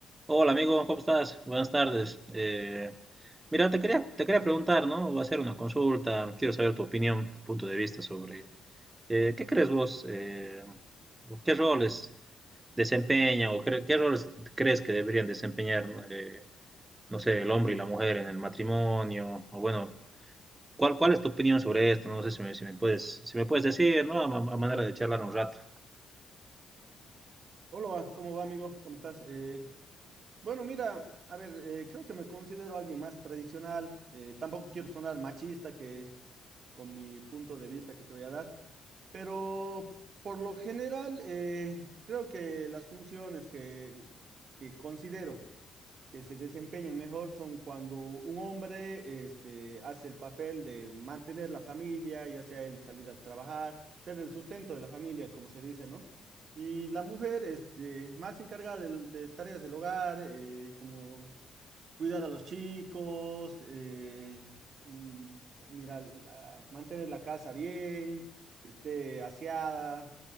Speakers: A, on the right (about 20°); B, on the right (about 50°).
A: Hola amigo, ¿cómo estás? Buenas tardes. Eh, mira, te quería, te quería preguntar, ¿no? va a ser una consulta, quiero saber tu opinión, tu punto de vista sobre eh, ¿qué crees vos? eh, ¿qué roles desempeña o cre- qué roles crees que deberían desempeñar, ¿no? Eh, no sé, el hombre y la mujer en el matrimonio? O bueno, ¿cuál, cuál es tu opinión sobre esto? No sé si me, si me puedes, si me puedes decir, ¿no? A, ma- a manera de charlar un rato.
B: Hola, ¿cómo va, amigo? ¿Cómo estás? Eh, bueno, mira, a ver, eh, creo que me considero alguien más tradicional. eh, tampoco quiero sonar machista que con mi punto de vista que te voy a dar, pero por lo general eh, creo que las funciones que, que considero que se desempeñan mejor son cuando un hombre este, hace el papel de mantener la familia, ya sea el salir a trabajar, ser el sustento de la familia, como se dice, ¿no? Y la mujer, este, más encargada del- de, tareas del hogar, eh, como cuidar a los chicos, eh, mm, mira, l- ah, mantener la casa bien, que esté aseada.